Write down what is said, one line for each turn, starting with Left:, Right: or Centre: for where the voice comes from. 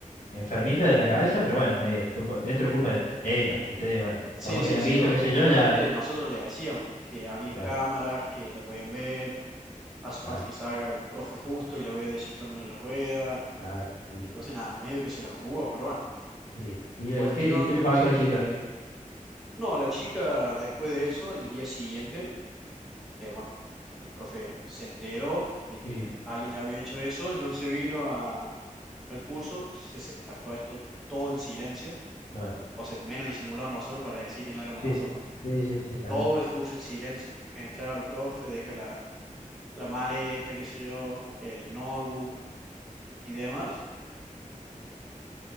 Left: enfermita de la cabeza, pero bueno, es culpa, dentro culpa de de ella. Ustedes, bueno,
Centre: Sí,
Left: por más
Centre: sí,
Left: que hayan
Centre: sí,
Left: visto,
Centre: obvio.
Left: qué sé
Centre: Igualmente
Left: yo, ya.
Centre: nosotros le decíamos que había
Left: Claro,
Centre: cámaras, que la podían ver, hace
Left: claro,
Centre: falta que salga el profe justo y la vea descifrando en las ruedas,
Left: claro, sí,
Centre: entonces
Left: sí, sí.
Centre: nada, medio que se la jugó, pero bueno.
Left: Sí. ¿Y,
Centre: Cuestión
Left: y qué, y qué le pasó
Centre: que,
Left: a la chica?
Centre: no, la chica después de eso, el día siguiente, eh, bueno, el profe se enteró de que
Left: Sí,
Centre: el- alguien le había hecho eso, entonces vino a- al curso, se- se- a todo esto, todo en silencio,
Left: claro.
Centre: o sea, menos disimulado nosotros para decir que no éramos
Left: Sí,
Centre: nosotros, ¿no?
Left: sí, sí, sí, está
Centre: Todo
Left: bien.
Centre: el curso en silencio, entraba el profe, deja la, la maleta, qué sé yo, el notebook y demás,